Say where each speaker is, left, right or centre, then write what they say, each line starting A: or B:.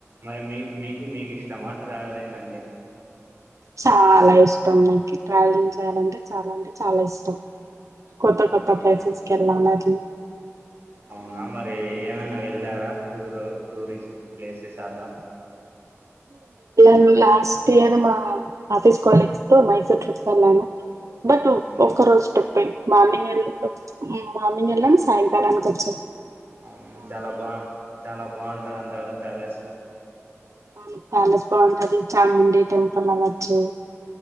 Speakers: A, on the right; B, on the right.
A: మరి మీ మీకు మీకు ఇష్టమా ట్రావెలింగ్ అంటే
B: చాలా ఇష్టం నాకి ట్రావెలింగ్ చేయాలంటే చాలా అంటే చాలా ఇష్టం. కొత్త
A: అవునా
B: కొత్త ప్లేసెస్ కి వెళ్ళాం మది
A: అవునా మరి ఏమన్నా వెళ్ళారా టూర్ టూరిస్ట్ ప్లేసెస్ అలా
B: న లాస్ట్ ఇయర్ మా ఆఫీస్ కొలిగ్స్ తో మైసూర్ ట్రిప్ వెళ్ళాను. బట్
A: అవునా
B: ఒక రోజు టిప్పే మార్మింగ్ వేల్ మార్మింగ్ వెళ్ళాం సాయంకాలానికి వచ్చారు
A: అవును చాలా బా చాలా బాగుంటది అంటా కదా ప్యాలెసు
B: ఆవును ప్యాలెస్ బాగుంటది చాముండి టెంపుల్ అవొచు